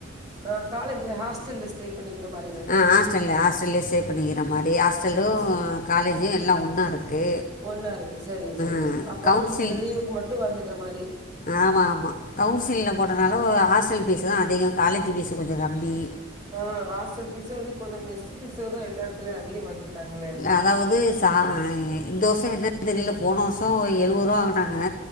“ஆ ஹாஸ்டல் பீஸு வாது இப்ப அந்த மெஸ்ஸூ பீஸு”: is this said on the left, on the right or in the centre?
Right